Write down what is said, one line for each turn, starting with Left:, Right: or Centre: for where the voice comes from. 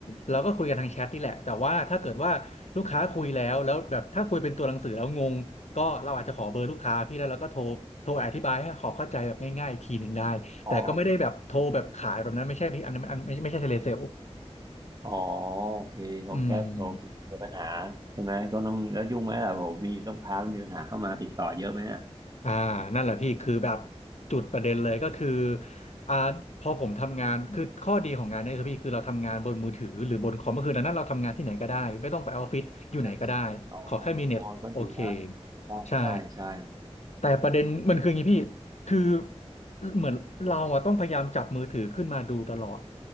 Left: เราก็คุยกันทางแชทนี่แหละแต่ว่าถ้าเกิดว่าลูกค้าคุยแล้วแล้วแบบถ้าคุยเป็นตัวหนังสือแล้วงงก็เราอาจจะขอเบอร์ลูกค้าพี่แล้วเราก็โทรโทรอธิบายให้เขอเข้าใจแบบง่ายๆอีกทีหนึ่งได้แต่ก็ไม่ได้แบบโทรแบบขายแบบนั้นไม่ใช่พี่อันนั้นอันไม่ไม่ใช่เทเลเซล
Right: อ๋ออ๋อโอเคเขาแก้โทรเคลียร์ปัญหาใช่ไหมก็ต้องแล้วยุ่งไหมล่ะผมมีต้องพามีปัญหาเข้ามาติดต่อเยอะไหมเนี่ย
Left: อืม อ่านั่นแหละพี่คือแบบ
Right: อืม
Left: จุดประเด็นเลยก็คืออ่าพอผมทำงานคือข้อดีของงานเนี้คือพี่คือเราทำงานบนมือถือหรือบนคอมก็คือดังนั้นเราทำงานที่ไหนก็ได้ ไม่ต้องไปออฟฟิศอยู่ไหนก็ได้
Right: ใช่อ๋อ
Left: ขอแค่มีเน็ต
Right: อ๋อก็ดีนะ
Left: โอเค
Right: ใช่
Left: ใช่
Right: ใช่ ใช่
Left: แต่ประเด็นมันคืออย่างนี้พี่คือเหมือนเราอะต้องพยายามจับมือถือขึ้นมาดูตลอด